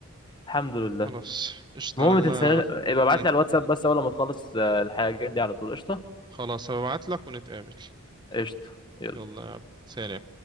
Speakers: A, on the left (about 20°); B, on the right (about 20°).
A: الحمد لله
B: خلاص قشطة
A: المهم
B: لما
A: ما تنساش يبقى ابعت
B: مم.
A: لي على الواتساب بس اول ما تخلص آه، الحاجات دي على طول قشطة
B: خلاص هبعت لك ونتقابل
A: قشطة يلا
B: يلا سلام